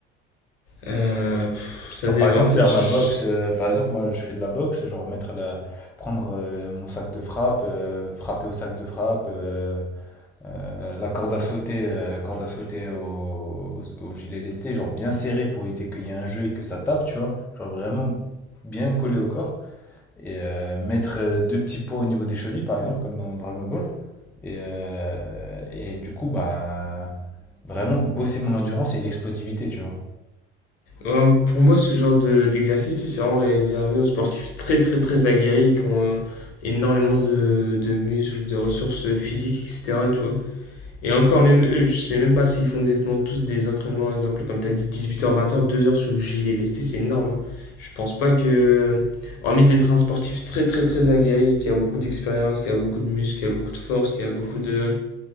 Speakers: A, on the left; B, in the centre.
A: Euh, pff, ça
B: Genre
A: dé-
B: par exemple
A: En fait,
B: faire
A: je-
B: ma boxe, euh, par exemple moi je fais de la boxe, genre mettre la, prendre euh, mon sac de frappe, euh, frapper au sac de frappe, euh, euh, la corde à sauter, euh, corde à sauter au, au- au gilet lesté, genre bien serré pour éviter qu'il y ait un jeu et que ça tape, tu vois, genre vraiment bien collé au corps et euh, mettre euh, deux petits poids au niveau des chevilles par exemple comme dans Dragon Ball et, euh, et du coup bah vraiment bosser mon endurance et l'explosivité, tu vois.
A: euh, pour moi, ce genre de- d'exercice, tu sais, c'est vraiment réservé aux sportifs très, très, très aguerris qui ont euh, énormément de, de muscles, de ressources physiques, etc. Tu vois. Et encore, même eux, je sais même pas s'ils font exactement tous des entraînements, exemple, comme tu as dit, 18h, 20h, 2h sous gilet lesté, c'est énorme. hein. Je pense pas que, hormis d'être un sportif très, très, très aguerri, qui a beaucoup d'expérience, qui a beaucoup de muscles, qui a beaucoup de force, qui a beaucoup de